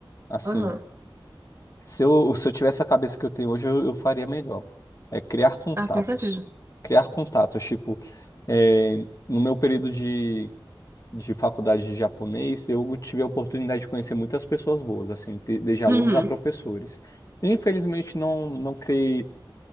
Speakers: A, on the left; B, on the right.
A: Assim,
B: aham.
A: se eu, se eu tivesse a cabeça que eu tenho hoje, eu, eu faria melhor. É criar contatos.
B: Ah, com certeza.
A: Criar contatos. Tipo, é, no meu período de, de faculdade de japonês, eu tive a oportunidade de conhecer muitas pessoas boas, assim, de- desde alunos
B: Uhum,
A: a professores. E, infelizmente, não, não criei,